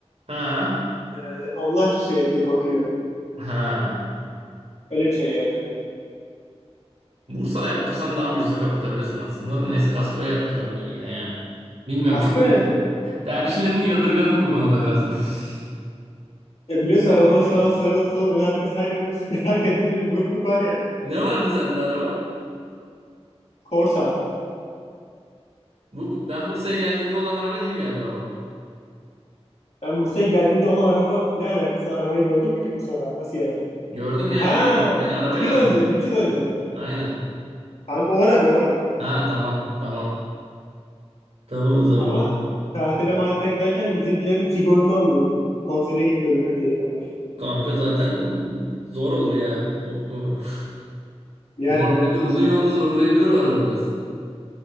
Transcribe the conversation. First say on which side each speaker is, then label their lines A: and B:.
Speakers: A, on the right; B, on the left.
A: Ha.
B: E, onlar şey yapıyor, bakıyor.
A: Ha.
B: Öyle bir şey yani.
A: Bursa'da yaptırsan daha ucuza kapatabilirsin aslında. da. Neyse kaskoya yaptırıyorum diyorsun yine ya. Bilmiyorum
B: Kasko
A: çok
B: yani. sonuçta.
A: tercihlerini yadırgadım bu konuda biraz ben. <laughs>
B: Ya biliyorsun arabanın şu an sağ sol ön arkası her yerinde bir sıkıntı, <laughs> her yerinde bir burukluk var yani.
A: Ne vardı sende araba?
B: Korsa.
A: Bu, bu- ben Bursa'ya geldiğimde olan araba değil galiba bu.
B: Ben Bursa'ya geldiğinde olan araba ne alakası? Sen arabayı gördün mü ki Bursa'da? Nasıl yani?
A: Gördüm ya
B: Ha,
A: beni beni arabayla
B: iki yıl önce
A: aldı.
B: mi? İki yıl önce mi?
A: Aynen.
B: Kanka o araba o araba.
A: Ha tamam tamam. Tamam o zaman
B: Ama
A: bildim.
B: tatile matile giderken bizimkilerin Tiguan'ını alıyorum. Konsere gitmiyorum Fethiye'ye kadar.
A: Kanka zaten zor olur ya. O, o- <laughs>
B: Yani
A: Zorlayabilir,
B: evet.
A: uzun yolda zorlayabilir o araba biraz.